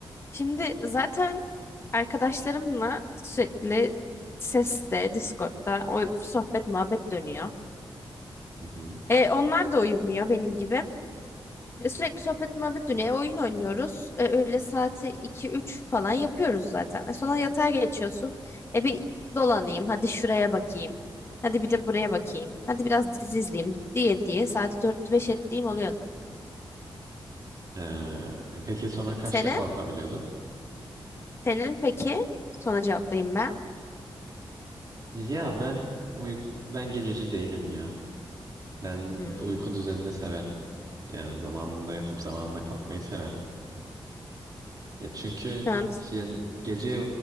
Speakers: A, on the left; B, on the right.
A: şimdi zaten arkadaşlarımla sürekli seste, Discord'da o sohbet muhabbet dönüyor.
B: Hı hı.
A: E, onlar da uyumuyor benim gibi. E, Sürekli sohbet muhabbet dönüyor. E, Oyun oynuyoruz. E, öğle saati iki üç falan yapıyoruz zaten. E, sonra yatağa geçiyorsun. E bir dolanayım. Hadi şuraya bakayım. Hadi bir de buraya bakayım. Hadi biraz dizi izleyeyim diye diye saati dört beş ettiğim oluyor.
B: Ee, e, peki sonra kaçta
A: Senin?
B: kalkabiliyordun?
A: Senin peki? Sonra cevaplayayım ben.
B: Ya ben uyku, ben gececi değilim ya. Ben
A: Hmm,
B: uyku düzenini severim. Yani zamanında yatıp zamanında kalkmayı severim. Ya çünkü
A: şu an
B: yani gece